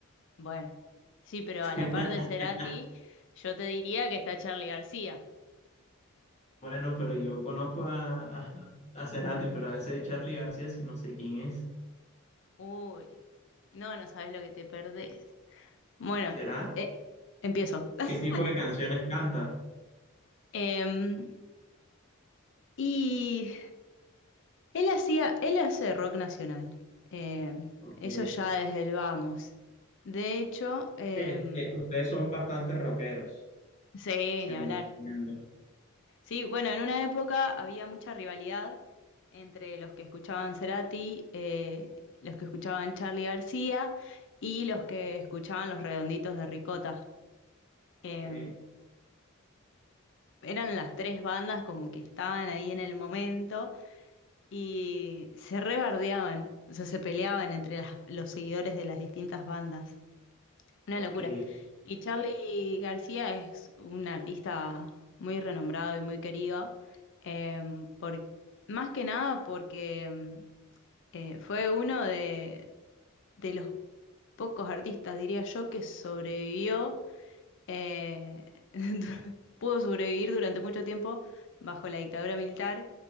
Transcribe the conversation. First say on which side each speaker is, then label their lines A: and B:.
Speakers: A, on the left (about 55°); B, on the left (about 30°).
A: bueno, sí, pero
B: <laughs>
A: a la par de Cerati, yo te diría que está Charly García.
B: Bueno, pero yo conozco a, a, a Cerati, pero a ese Charlie García sí no sé quién es.
A: Uy, no, no sabes lo que te perdés. Bueno,
B: ¿Será?
A: eh, empiezo. <laughs>
B: ¿Qué tipo de canciones canta?
A: Em, y Él hacía, él hace rock nacional. eh,
B: Ok.
A: eso ya desde el vamos. De hecho, eh,
B: Eh, eh, ustedes son bastante rockeros,
A: sí,
B: según
A: ni hablar.
B: entiendo.
A: Sí, bueno, en una época había mucha rivalidad entre los que escuchaban Cerati, eh, los que escuchaban Charly García y los que escuchaban Los Redonditos de Ricota. Eh,
B: Ok,
A: eran las tres bandas como que estaban ahí en el momento y se rebardeaban, o sea, se peleaban entre las- los seguidores de las distintas bandas. Una
B: ok,
A: locura. Y Charly García es un artista muy renombrado y muy querido, eh, por, más que nada porque em, eh, fue uno de, de los pocos artistas, diría yo, que sobrevivió, eh, <laughs> du- pudo sobrevivir durante mucho tiempo bajo la dictadura militar